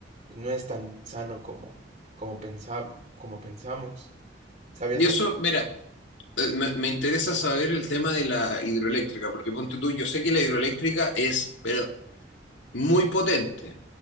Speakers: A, on the right (about 40°); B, on the left (about 80°).
A: pues no es tan sano como, como, pensa- como pensamos. ¿Sabías
B: Y eso,
A: eso?
B: mira, eh, me, me interesa saber el tema de la hidroeléctrica, porque ponte tú, yo sé que la hidroeléctrica es, pero muy potente.